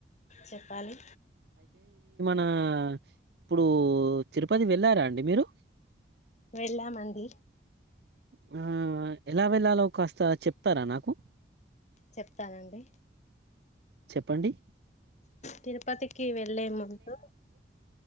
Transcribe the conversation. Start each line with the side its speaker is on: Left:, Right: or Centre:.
Left: చెప్పాలి
Right: నా ఇప్పుడు తిరుపతి వెళ్ళారా అండి మీరు
Left: వెళ్ళామండి
Right: మా ఎలా వెళ్లాలో కాస్త చెప్తారా నాకు
Left: చెప్తానండి
Right: చెప్పండి
Left: తిరుపతికి వెళ్లే ముందు